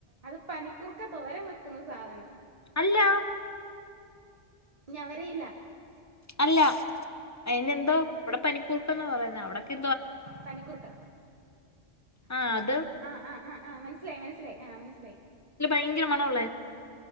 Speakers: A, on the right; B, on the left.
A: അത് പനിക്കുറുക്ക തോരം വെക്കുന്ന സാധനം
B: അല്ല
A: ഞാ വര ഇല്ല
B: അല്ല അതിന് എന്തോ ഇവിടെ പനിക്കൂർക്കന്നാ പറയുന്ന അവിടക്കെ
A: പനിക്കുർക്ക
B: ആഹ്
A: ആ
B: അത്
A: ആ ആ ആ ആ് മനസ്സിലായി മനസ്സിലായി ആ മനസ്സില
B: ഭയങ്കര മണള്ളെ